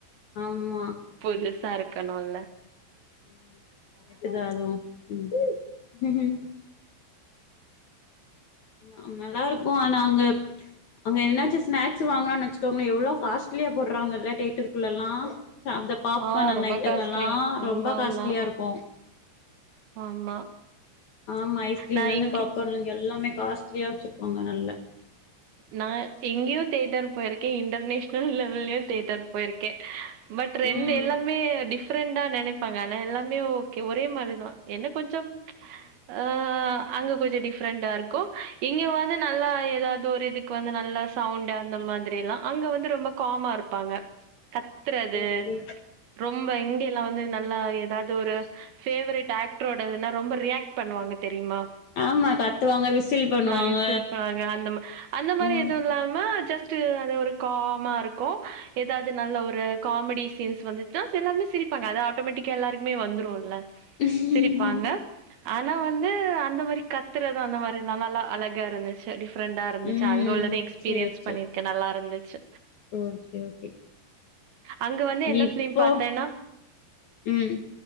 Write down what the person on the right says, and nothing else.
புதுசா இருக்கணுல்ல
ஆ
ரொம்ப
காஸ்ட்லி.
ஆமா,
ஆமா,
ஆமா
நான்
இங்கி
நா எங்கயோ தேட்டர் போயிருக்கேன் இன்டர்நேஷ் னல் லெவல்லயு தேட்டர் போயிருக்கேன் பட் ரெண்டு
எல்லாமே டிஃப்ரெண்டா நினைப் ப்பாங்க ஆனா எல்லாமே ஓகே ஒரே மாரிதான் என்ன கொஞ்சம் ஆ அங்க கொஞ்சம் டிஃப்ரெண்ட்டா இருக்கும் இங்க வந்து நல்லா ஏதாவது ஒரு இதுக்கு வந்து நல்லா சவுண்ட் அந்த மாதிரி எல்லாம் அங்க வந்து ரொம்ப காமா இருப்பாங்க கத் த்துறது
ரொம்ப இங்கிலா வந்து நல்லா ஏதாவது ஒரு பேவரெட் ஆக்டரோடனா ரொம்ப ரியாக்ட் பண்ணுவாங்க தெரியுமா
நறையா சிரிப்பாங்க அந்த ம அந்த மாரி
எதுவும் இல்லாம ஜஸ்ட் அது ஒரு காமா இருக்கும் ஏதாவது நல்ல ஒரு காமெடி சீன்ஸ் வந்துட்டா எல்லாருமே சிரி ப்பாங்க ஆட்டோமேட்டிக்கா எல்லாருக்குமே வந்துரும்ல்ல
சிரிப்பாங்க ஆனா வந்து அந்த மாரி கத்துறதும் அந்த மாதிராம்ல்லாம் அழகா இருந்துச்சு டிஃப்ரெண்டா இரு
துச்சு அங்க உள்ளது எக்ஸ்பீரியன்ஸ்
பண்ணிருக்கேன் நல்லா இருந்துச்சு
அங்க வந்து என்ன
பிலிம் பாத்தேன்னா